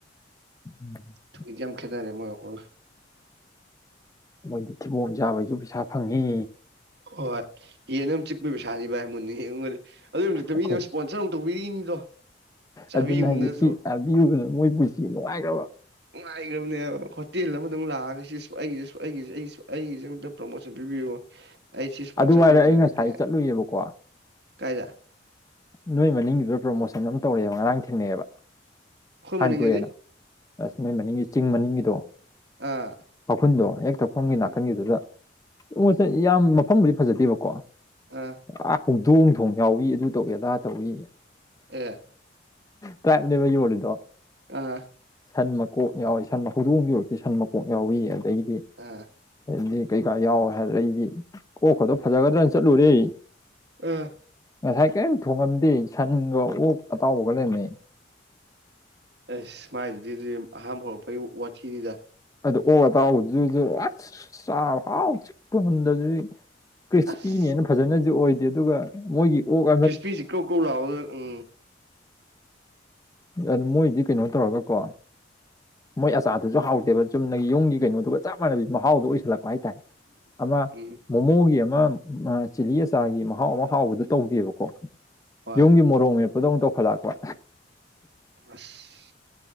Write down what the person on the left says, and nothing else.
<inaudible>
ꯃꯣꯏꯗꯤ ꯊꯤꯕꯣꯡ ꯆꯥꯕꯩꯖꯨ ꯄꯩꯁꯥ ꯐꯪꯉꯤ
ꯑꯩꯈꯣꯏ
ꯑꯗꯨꯅ ꯍꯥꯏꯗꯤ ꯁꯤ ꯆꯥꯕꯤꯌꯨꯗꯅ ꯃꯣꯏ ꯄꯨꯟꯁꯤ ꯅꯨꯡꯉꯥꯏꯒ꯭ꯔꯕ
ꯑꯗꯨ ꯍꯥꯏꯔ
ꯑꯩ ꯉꯁꯥꯏ ꯆꯠꯂꯨꯏꯑꯕꯀꯣ
ꯅꯣꯏ ꯃꯅꯤꯡꯗꯨꯗ ꯄ꯭ꯔꯣꯃꯣꯁꯟ ꯑꯃ ꯇꯧꯋꯦꯕ ꯉꯔꯥꯡ ꯊꯦꯡꯅꯩꯑꯕ
ꯍꯥꯡꯇꯣꯛꯑꯦꯅ ꯑꯁ ꯅꯣꯏ ꯃꯅꯤꯡꯒꯤ ꯆꯤꯡ ꯃꯅꯤꯡꯒꯤꯗꯣ
ꯋꯥꯈꯨꯟꯗꯣ ꯍꯦꯛ ꯊꯛꯐꯝꯒꯤ
ꯅꯥꯀꯟꯒꯤꯗꯨꯗ ꯎꯁ ꯌꯥꯝ ꯃꯐꯝꯕꯨꯗꯤ ꯐꯖꯗꯦꯕꯀꯣ
ꯑꯥ ꯍꯧꯗꯣꯡ ꯊꯣꯡ ꯌꯥꯎꯏ ꯑꯗꯨ ꯇꯧꯏ ꯑꯗꯥ ꯇꯧꯏ
ꯇꯔꯥꯏꯞ ꯅꯦꯕ ꯌꯣꯜꯂꯤꯗꯣ
ꯁꯟ ꯃꯀꯣꯛ ꯌꯥꯎꯏꯤ ꯁꯟ ꯍꯧꯗꯣꯡ <unintelligible> ꯁꯟ ꯃꯀꯣꯛ ꯌꯥꯎꯏꯤ ꯑꯗꯒꯤꯗꯤ
ꯗꯤ ꯀꯩꯀꯥ ꯌꯥꯎꯋꯦ ꯍꯥꯏꯕꯗꯨꯗ ꯑꯩꯗꯤ ꯀꯣꯛꯀꯗꯣ ꯐꯖꯒꯗ꯭ꯔꯅ ꯆꯠꯂꯨꯔꯦ
ꯉꯁꯥꯏ ꯀꯩꯝ ꯊꯣꯡꯉꯝꯗꯦ ꯁꯟꯒ ꯑꯣꯛ ꯑꯇꯥꯎꯕꯒ ꯂꯩꯔꯝꯃꯦ
ꯑꯗꯨ ꯑꯣꯛ ꯑꯇꯥꯎꯕꯗꯨꯁꯨ ꯑꯁ ꯆꯥꯕ ꯍꯥꯎ ꯆꯤꯛꯄ ꯃꯨꯟꯗꯕꯖꯤꯗꯤ ꯀ꯭ꯔꯤꯁꯄꯤꯅꯦꯅ
ꯐꯖꯅꯖꯨ ꯑꯣꯏꯗꯦ ꯑꯗꯨꯒ ꯃꯣꯏꯒꯤ ꯑꯣꯛ
ꯑꯗꯨ ꯃꯣꯏꯗꯤ ꯀꯩꯅꯣ ꯇꯧꯔꯒꯀꯣ ꯃꯣꯏ ꯑꯆꯥꯔꯗꯨꯖꯨ ꯍꯥꯎꯇꯦꯕ ꯆꯨꯝꯅꯒꯤ ꯌꯨꯝꯒꯤ ꯀꯩꯅꯣꯗꯨꯒ ꯆꯞ ꯃꯥꯟꯅꯕꯤ ꯃꯍꯥꯎꯗꯣ ꯑꯣꯏꯁꯤꯜꯂꯛ <unintelligible> ꯇꯥꯏ ꯑꯃ
ꯃꯣꯃꯣꯒꯤ ꯑꯃ ꯆꯤꯂꯤ ꯑꯆꯥꯔꯒꯤ ꯃꯍꯥꯎ ꯑꯃ ꯍꯥꯎꯕꯗꯨ ꯇꯧꯗꯦꯕꯀꯣ
ꯌꯨꯝꯒꯤ ꯃꯣꯔꯣꯛ ꯃꯦꯠꯄꯗꯧ ꯇꯧꯈꯠꯂꯛꯄ